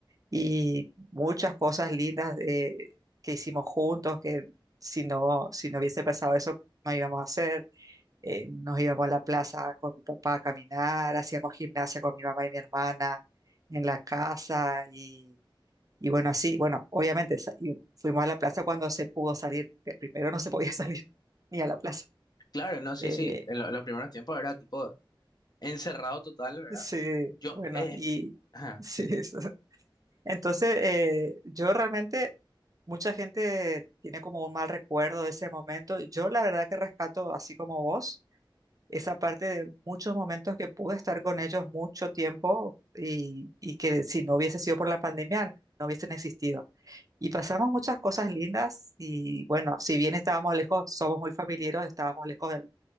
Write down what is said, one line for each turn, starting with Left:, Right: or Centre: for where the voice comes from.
Right: y muchas cosas lindas eh, que hicimos juntos, que si no, si no hubiese pasado eso, no íbamos a hacer. Eh, nos íbamos a la plaza con mi papá a caminar, hacíamos gimnasia con mi mamá y mi hermana en la casa y, y bueno, así, bueno, obviamente sa- y fuimos a la plaza cuando se pudo salir, que primero no se podía <laughs> salir ni a la plaza.
Left: Claro, no, sí,
Right: Eh,
Left: sí, en lo- en los primeros tiempos era tipo encerrado total, ¿verdad?
Right: sí,
Left: Yo,
Right: bueno,
Left: eh,
Right: y... <laughs>
Left: ajá,
Right: Sí,
Left: sí,
Right: eso. Entonces, eh, yo realmente, mucha gente tiene como un mal recuerdo de ese momento. Yo la verdad que rescato, así como vos, esa parte de muchos momentos que pude estar con ellos mucho tiempo y, y que si no hubiese sido por la pandemia, no hubiesen existido. Y pasamos muchas cosas lindas y bueno, si bien estábamos lejos, somos muy familiares, estábamos lejos del,